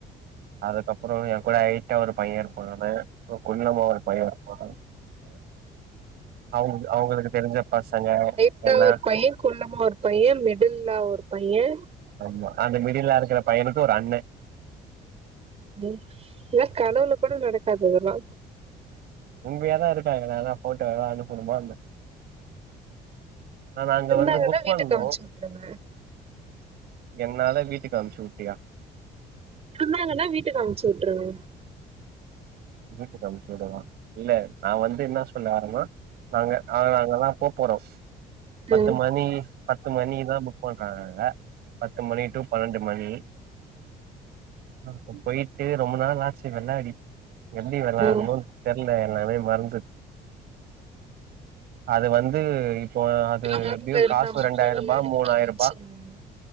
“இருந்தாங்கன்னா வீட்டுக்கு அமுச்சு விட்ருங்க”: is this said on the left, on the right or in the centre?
Right